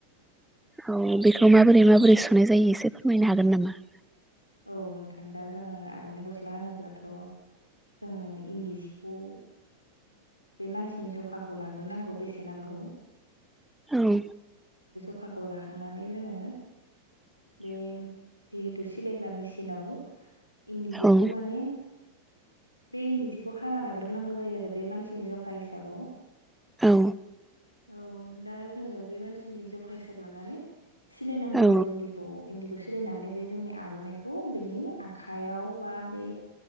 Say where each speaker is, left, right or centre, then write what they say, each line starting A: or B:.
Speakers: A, in the centre; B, on the left.
A: औ बेखौ माबोरै
B: औ
A: माबोरै सुनाय जायो एसे फोरमायनो हागोन नामा?
B: औ नोंथां दा जोङो आर'न्नाइ गस्ला होनोब्लाथ' जोङो इन्दि सिखौ बे मानसिनि जखाखौ लाग्रोनांगौ बेसे नांगौ।
A: औ।
B: खखाखौ लाखांनानै जोङो बेम जिहेथु सिलायग्रा मेसिनाव इन्दि जिखौ
A: औ
B: माने बे इन्दि जिखौ हाना लाग्रोनांगौ जायो आरो बे मानसिनि जखा हिसाबाव।
A: औ
B: औ दा जोङो बे मानसिनि जखा हिसाब लानानै सिलायनांगौ
A: औ
B: आरो इन्दिखौ इन्दि खौ सिलायनानै बे जोंनि आर'न्नाइखौ बेनि आखायाव बा बे